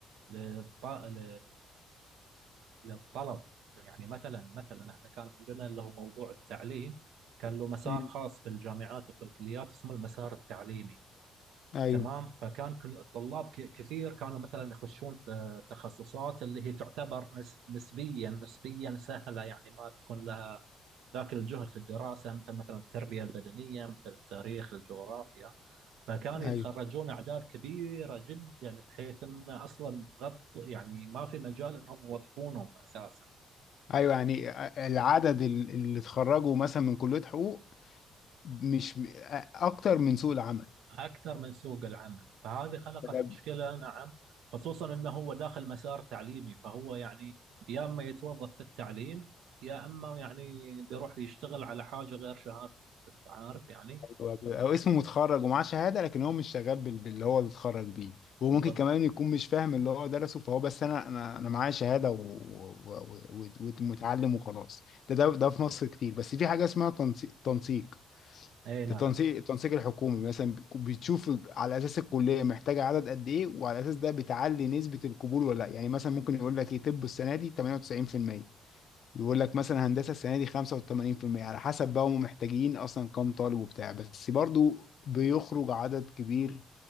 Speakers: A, on the right (about 85°); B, on the left (about 60°).
A: للط... ل... للطلب يعني مثلا مثلا احنا كان عندنا اللي هو موضوع التعليم كان له مسار
B: مم.
A: خاص في الجامعات وفي الكليات اسمه المسار التعليمي
B: ايوه
A: تمام فكان كل الطلاب ك- كثير كانوا مثلا يخشون في تخصصات اللي هي تعتبر نس- نسبيا نسبيا سهله يعني ما تكون لها ذاك الجهد في الدراسه مثل مثلا التربيه البدنيه مثل التاريخ الجغرافيا فكانوا
B: ايوه
A: يتخرجون اعداد كبيره جدا بحيث ان اصلا تغطي يعني ما في مجال انهم يوظفونهم اساسا
B: ايوه يعني العدد ال- اللي اتخرجوا مثلا من كلية حقوق مش م- اكتر من سوق العمل
A: أكثر من سوق العمل فهذه خلقت
B: ده
A: مشكلة نعم خصوصا أنه هو داخل مسار تعليمي فهو يعني يا أما يتوظف في التعليم يا أما يعني بيروح يشتغل على حاجة غير شهادته أنت عارف يعني
B: هو ب- او اسمه متخرج ومعاه شهادة لكن هو مش شغال بال- باللي هو اللي اتخرج بيه وممكن
A: بط...
B: كمان يكون مش فاهم اللي هو درسه فهو بس انا انا انا معايا شهادة و- و- و- و- ومتعلم وخلاص ده ده ده في مصر كتير بس في حاجة اسمها تنسيق تنسيق
A: أي نعم
B: ده تنسيق التنسيق الحكومي مثلا بتشوف على اساس الكليه محتاجه عدد قد ايه وعلى اساس ده بتعلي نسبه القبول ولا لا يعني مثلا ممكن يقول لك ايه طب السنه دي 98% يقول لك مثلا هندسه السنه دي 85% على حسب بقى هم محتاجين اصلا كام طالب وبتاع بس برضو بيخرج عدد كبير